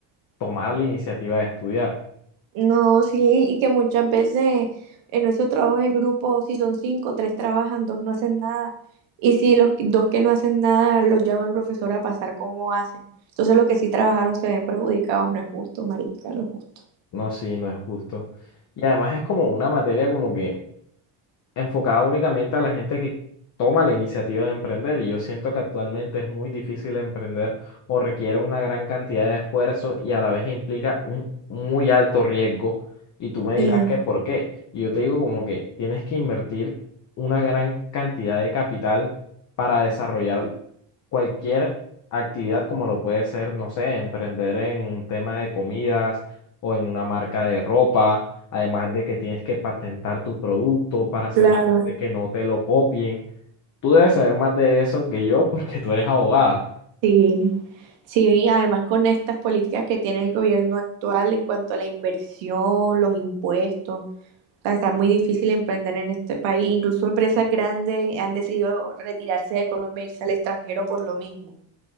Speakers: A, on the left (about 40°); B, on the right (about 65°).
A: tomar la iniciativa de estudiar.
B: No, sí, y que muchas veces en esos trabajos en grupo, si son cinco, tres trabajan, dos no hacen nada. Y si los que- dos que no hacen nada, los llama el profesor a pasar cómo hacen. Entonces los que sí trabajaron se ven perjudicados, no es justo, marica, no es justo.
A: No, sí, no es justo. Y además es como una materia como que enfocada únicamente a la gente que toma la iniciativa de emprender y yo siento que actualmente es muy difícil emprender o requiere una gran cantidad de esfuerzo y a la vez implica un muy alto riesgo y tú me
B: Sí,
A: dirás que por qué. Y yo te digo como que tienes que invertir una gran cantidad de capital para desarrollar cualquier actividad como lo puede ser, no sé, emprender en un tema de comidas o en una marca de ropa Además de que tienes que patentar tu producto para asegurarte
B: claro.
A: que no te lo copien. Tú debes saber más de eso que yo porque tú eres abogada.
B: Sí, sí, y además con estas políticas que tiene el gobierno actual en cuanto a la inversión, los impuestos. sea, está muy difícil emprender en este país. Incluso empresas grandes han decidido retirarse de Colombia e irse al extranjero por lo mismo.